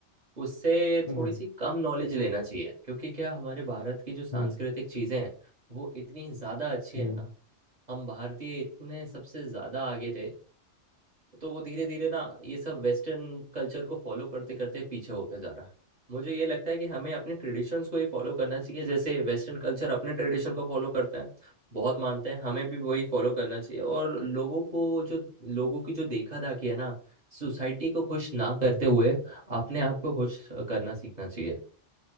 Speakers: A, on the right; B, on the left.
A: उससे
B: हम्म
A: थोड़ी सी कम नॉलेज लेना चाहिए क्योंकि क्या हमारे भारत की जो सांस्कृतिक
B: हम्म
A: चीजें हैं वो इतनी ज्यादा अच्छी है
B: हम्म
A: ना हम भारतीय इतने सबसे ज्यादा आगे थे तो वो धीरे धीरे ना ये सब वेस्टर्न कल्चर को फॉलो करते करते पीछे होता जा रहा है मुझे ये लगता है कि हमें अपने ट्रेडिशंस को ही फॉलो करना चाहिए जैसे वेस्टर्न कल्चर अपने ट्रेडिशन को फॉलो करते हैं बहुत मानते हैं हमें भी वही फॉलो करना चाहिए और लोगों को जो लोगों की जो देखा दाखी है ना सोसाइटी को खुश ना करते
B: हम्म,
A: हुए अपने आप को खुश करना सीखना चाहिए